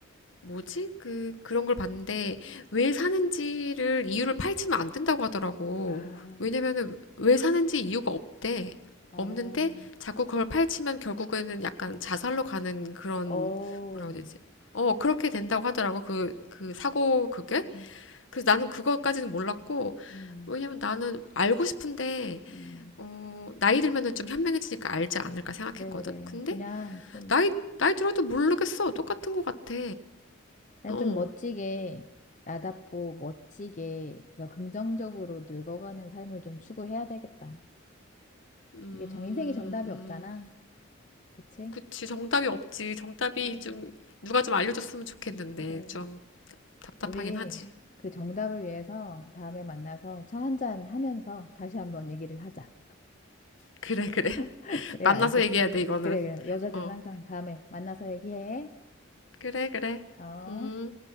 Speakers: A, on the left; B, on the left.
A: 뭐지? 그, 그런 걸 봤는데, 왜 사는지를, 이유를 파헤치면 안 된다고 하더라고.
B: 아,
A: 왜냐면은, 왜 사는지 이유가 없대.
B: 아,
A: 없는데, 자꾸 그걸 파헤치면 결국에는 약간 자살로 가는 그런,
B: 어,
A: 뭐라고 해야 되지? 어, 그렇게 된다고 하더라고. 그, 그 사고, 그게?
B: 음.
A: 그래서 나는 그거까지는 몰랐고,
B: 음,
A: 왜냐면 나는 알고 싶은데,
B: 음.
A: 어, 나이 들면은 좀 현명해지니까 알지 않을까 생각했거든?
B: 그래, 그래.
A: 근데,
B: 그냥 좀
A: 나이, 나이 들어도 모르겠어. 똑같은 것 같아.
B: 그냥
A: 어.
B: 좀 멋지게 나답고 멋지게 그러니까 긍정적으로 늙어가는 삶을 좀 추구해야 되겠다.
A: 음,
B: 이게 정 인생이 정답이
A: 음.
B: 없잖아. 그치?
A: 그치, 정답이 없지. 정답이
B: 그래,
A: 좀, 누가 좀 알려줬으면 좋겠는데,
B: 그래.
A: 좀 답답하긴
B: 우리
A: 하지.
B: 그 정답을 위해서 다음에 만나서 차 한 잔 하면서 다시 한번 얘기를 하자.
A: 그래, 그래.
B: <laughs>
A: <laughs>
B: 그래,
A: 만나서
B: 알겠어.
A: 얘기해야 돼, 이거는.
B: 그래, 그래. 여자들은
A: 어,
B: 항상 다음에 만나서 얘기해.
A: 그래, 그래.
B: 어?
A: 음.